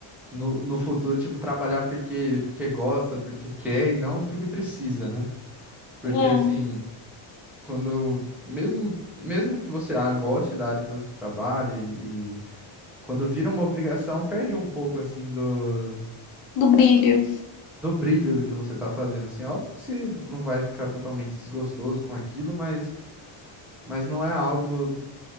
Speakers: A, in the centre; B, on the left (about 65°).
A: no, no futuro, tipo, trabalhar porque porque gosta, porque quer e não porque precisa, né? Porque
B: É,
A: assim, quando mesmo mesmo que você ah, goste da área que você trabalha e, e quando vira uma obrigação, perde um pouco assim do
B: do brilho.
A: do brilho do que você tá fazendo assim. Óbvio que você não vai ficar totalmente desgostoso com aquilo, mas mas não é algo